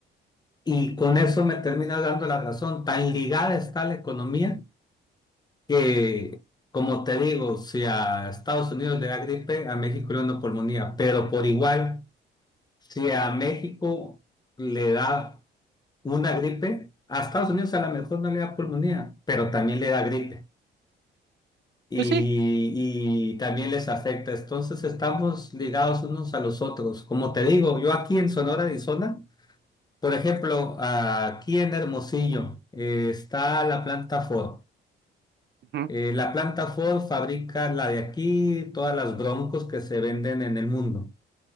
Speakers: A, on the left (about 20°); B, on the right (about 60°).
A: y con eso me termina dando la razón. Tan ligada está la economía que, como te digo, si a Estados Unidos le da gripe, a México le da una pulmonía, pero por igual si a México le da una gripe, a Estados Unidos a lo mejor no le da pulmonía, pero también le da gripe y,
B: Pues sí.
A: y también les afecta. Entonces estamos ligados unos a los otros. Como te digo, yo aquí en Sonora, Arizona, por ejemplo, aquí en Hermosillo eh, está la planta Ford.
B: Ujú,
A: Eh, la planta Ford fabrica la de aquí, todas las broncos que se venden en el mundo.